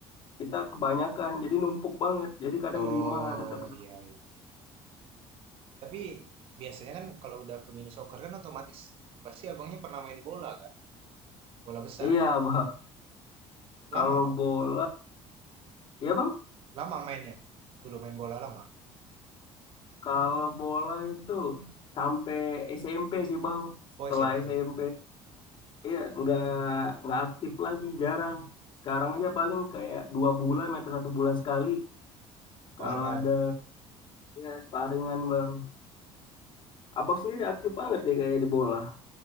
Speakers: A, on the left; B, on the right.
A: kita kebanyakan, jadi numpuk banget. Jadi kadang
B: Oh
A: 5 tetap.
B: iya, iya. Tapi biasanya kan kalau udah ke mini soccer kan otomatis pasti abangnya pernah main bola kan, bola besar.
A: Iya bang,
B: Lama
A: kalau
B: bang,
A: bola, ya bang,
B: lama mainnya. Dulu main bola lama.
A: kalau bola itu sampai SMP sih bang. Setelah
B: Oh SMP.
A: SMP, iya nggak nggak aktif lagi, jarang. Sekarang aja paling kayak dua bulan atau satu bulan sekali. Kalau
B: Oh ada.
A: ada Ya, sparingan bang. Abang sendiri aktif banget ya kayak di bola.